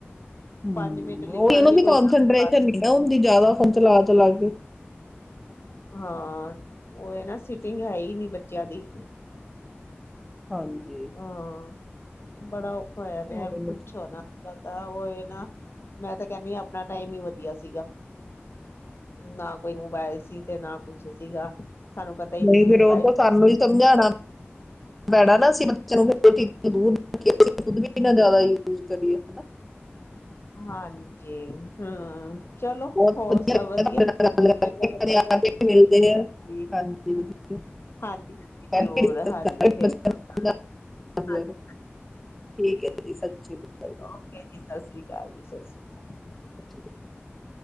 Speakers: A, in the centre; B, on the left.
A: ਹਮ
B: ਪੰਜ ਮਿੰਟ ਲਿਖਣਗੇ
A: ਉਹੀ ਹੈ ਨਾ
B: ਕੋਈ
A: ਕੋਂਸਟਰੇਸ਼ਨ
B: ਕੰਮ ਬਸ
A: ਨਹੀਂ ਨਾ ਹੁੰਦੀ ਜਿਆਦਾ ਫੋਨ ਚਲਾ -ਚਲਾ ਕੇ।
B: ਹਾਂ ਉਹੀ ਨਾ ਸਿਟਿੰਗ ਹੈ ਹੀ ਨੀ ਬੱਚਿਆਂ ਦੀ।
A: ਹਾਂਜੀ।
B: ਹਾਂ ਬੜਾ ਔਖਾ ਹੋਇਆ
A: ਹੋਰ
B: ਪਿਆ, ਪੁੱਛੋ ਨਾ। ਤਾਂ ਉਹ ਇਹ ਨਾ, ਮੈਂ ਤਾਂ ਕਹਿੰਦੀ ਹਾਂ ਆਪਣਾ ਟਾਈਮ ਹੀ ਵਧੀਆ ਸੀਗਾ, ਨਾ ਕੋਈ ਮੋਬਾਈਲ ਸੀ ਤੇ ਨਾ ਕੁਛ ਸੀਗਾ। ਸਾਨੂੰ ਪਤਾ ਹੀ
A: ਨਹੀਂ
B: ਸੀ
A: ਫਿਰ
B: ਮੋਬਾਇਲ
A: ਉਹ ਤਾਂ ਸਾਨੂੰ ਹੀ ਸਮਝਾਣਾ ਪੈਣਾ ਨਾ, ਅਸੀਂ ਬੱਚਿਆਂ ਨੂੰ ਫੋਨ ਤੋਂ ਦੂਰ ਰਖੀਏ, ਅਸੀਂ ਖੁਦ ਨਾ ਵੀ ਜ਼ਿਆਦਾ ਯੂਜ ਕਰੀਏ, ਹੈ ਨਾ।
B: ਹਾਂਜੀ। ਹਮ, ਚਲੋ
A: ਬਹੁਤ
B: ਹੋਰ ਸਭ
A: ਲੱਗਿਆ
B: ਵਧੀਆ?
A: ਤੁਹਾਡੇ ਨਾਲ
B: ਬਹੁਤ
A: ਗੱਲ ਕਰਕੇ
B: ਚੰਗਾ ਲੱਗਾ
A: ਕਦੇ ਆ
B: ਤੁਹਾਡੇ
A: ਕੇ
B: ਨਾਲ ਗੱਲ
A: ਮਿਲਦੇ ਆ
B: ਕਰ ਕੇ ਜੀ।
A: ਹਾਂਜੀ ਵਧੀਆ
B: ਹਾਂਜੀ, ਜ਼ਰੂਰ
A: ਕਰਕੇ ਡਿਸਕਸ
B: ਹਾਂਜੀ,
A: ਕਰਾਂਗੇ
B: <unintelligible>
A: ਬੱਚਿਆਂ ਨਾਲ ਦੁਬਾਰਾ।
B: ਜੀ
A: ਠੀਕ ਹੈ ਜੀ ਸਤਿ ਸ਼੍ਰੀ ਅਕਾਲ
B: ਓਕੇ ਜੀ ਸਤਿ ਸ਼੍ਰੀ ਅਕਾਲ। ਸਤਿ ਸਰੀ ਅਕਾਲ ਜੀ ਸਤਿ ਸ੍ਰੀ ਅਕਾਲ <unintelligible>
A: ਅੀ <inaudible>